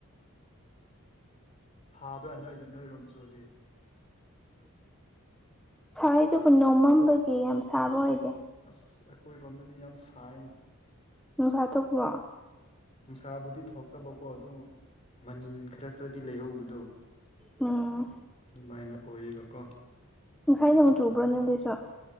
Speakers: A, on the left (about 30°); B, in the centre.
A: ꯁꯥꯕ꯭ꯔꯥ ꯅꯣꯏꯗ ꯅꯣꯏꯔꯣꯝ ꯁ ꯍꯧꯖꯤꯛ
B: ꯁꯥꯔꯩꯗꯨꯕꯨ ꯅꯣꯡꯃꯝꯕꯒꯤ ꯌꯥꯝ ꯁꯥꯕ ꯑꯣꯏꯗꯦ
A: ꯑꯁ ꯑꯩꯈꯣꯏꯔꯣꯝꯗꯗꯤ ꯌꯥꯝ ꯁꯥꯏ
B: ꯅꯨꯡꯁꯥ ꯊꯣꯛꯣꯛꯄ
A: ꯅꯨꯡꯁꯥꯕꯨꯗꯤ ꯊꯣꯛꯇꯕꯀꯣ ꯑꯗꯨ ꯃꯅꯤꯟ ꯈꯔ ꯈꯔꯗꯤ ꯂꯩꯍꯧꯕꯗꯣ
B: ꯎꯝ
A: ꯑꯗꯨꯃꯥꯏꯅ ꯑꯣꯏꯌꯦꯕꯀꯣ
B: ꯉꯁꯥꯏꯗꯨꯛ ꯆꯨꯕ꯭ꯔꯣ ꯅꯗꯤꯁꯨ